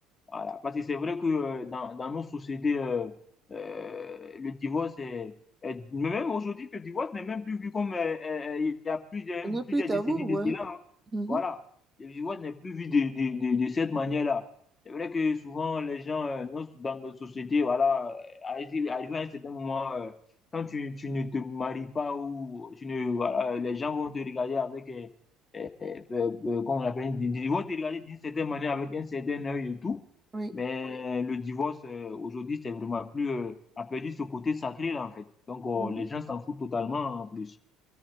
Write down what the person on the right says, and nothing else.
Ce n'est plus
tabou,
ouais.
Mhm.
Oui.
Mhm.